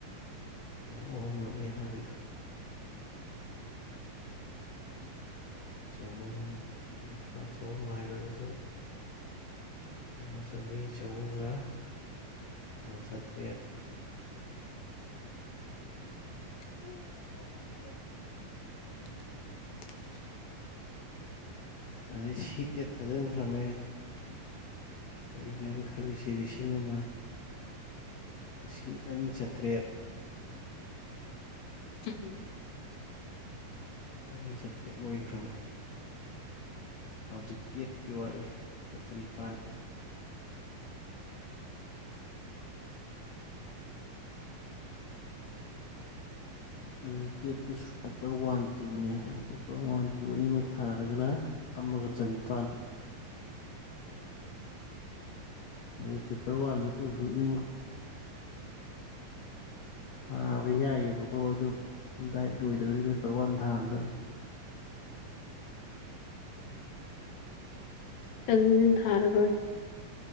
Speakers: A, on the left (about 65°); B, on the left (about 80°).
A: ꯑꯍꯨꯝꯂꯛꯅꯤ ꯍꯥꯟꯅꯗ ꯆꯍꯨꯝ ꯀꯨꯟꯊ꯭ꯔꯥ ꯆꯍꯨꯝ ꯍꯥꯏꯔ ꯑꯗꯨꯁꯨ ꯑꯃ ꯆꯔꯤ ꯆꯎꯨꯡꯒꯥ ꯃ ꯆꯇꯦꯠ
B: ꯎꯝ ꯎ ꯎꯝ
A: ꯑꯗꯩ ꯁꯤ ꯇꯦꯠ ꯊꯥꯖꯤꯟꯈ꯭ꯔꯝꯃꯦ ꯀꯔꯤꯅꯣꯪ ꯈꯜꯂꯤꯁ ꯂꯤꯁꯤꯡ ꯑꯃ ꯂꯤꯁꯤꯡ ꯑꯅꯤ ꯆꯥꯇ꯭ꯔꯦꯠ
B: ꯎꯝꯝ
A: ꯑꯅꯤ ꯆꯠꯇ꯭ꯔꯦ ꯂꯣꯏꯈ꯭ꯔꯝꯃꯤ ꯍꯧꯖꯤꯛꯇ ꯇꯦꯠꯀꯤ ꯋꯥꯠꯂꯤ ꯂꯨꯄꯥ ꯆꯅꯤꯄꯥꯜ ꯑꯗꯨꯗ ꯇꯦꯠꯇꯁꯨ ꯄꯦꯄꯔ ꯋꯥꯟ ꯇꯨꯅꯦ ꯄꯦꯄꯔ ꯋꯥꯟ ꯇꯨ ꯑꯅꯤꯃꯛ ꯊꯥꯔꯒꯅ ꯑꯃꯒ ꯆꯅꯤꯄꯥꯜ ꯑꯗꯨ ꯄꯦꯄꯔ ꯋꯥꯟꯁꯨ ꯇꯨꯁꯨ ꯑꯅꯤꯃꯨꯛ ꯊꯥꯕ ꯌꯥꯏꯑꯕꯀꯣ ꯑꯗꯨ ꯗꯥꯏꯠ ꯂꯣꯏꯗ꯭ꯔꯗꯤ ꯄꯦꯄꯔ ꯋꯥꯟ ꯊꯥꯍꯟꯗꯅ
B: ꯎ ꯊꯔꯔꯣꯏ